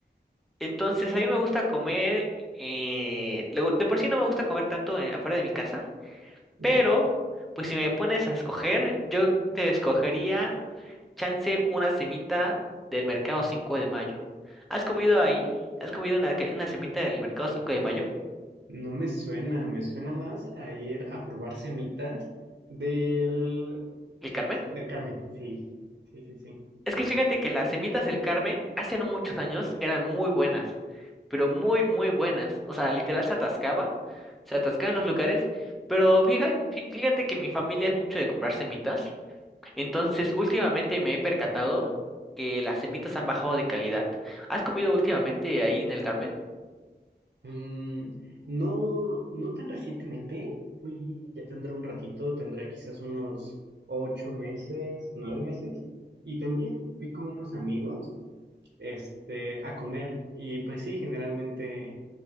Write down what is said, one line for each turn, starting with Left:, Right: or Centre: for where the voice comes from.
Centre: Entonces a mí me gusta comer, eh, luego, de por sí no me gusta comer tanto eh, afuera de mi casa,
Right: ujú.
Centre: pero pues si me pones a escoger, yo te escogería Chance una semita del mercado 5 de mayo. ¿Has comido ahí? ¿Has comido una, que- una semita del mercado 5 de mayo?
Right: No me suena, me suena más a ir a probar semitas del,
Centre: ¿El Carmen?
Right: del Carmen. Sí, sí, sí, sí.
Centre: Es que fíjate que las semitas del Carmen hace no muchos años eran muy buenas, pero muy, muy buenas. O sea, literal se atascaba, se atascaba en los lugares, pero fíjate, fíjate que mi familia es mucho de comprar semitas, entonces últimamente me he percatado que las semitas han bajado de calidad. ¿Has comido últimamente ahí en el Carmen?
Right: Mm, no, no tan recientemente, fui, ya tendrá un ratito, tendrá quizás unos ocho meses, nueve meses, y también fui con unos amigos, este, a comer, y pues sí, generalmente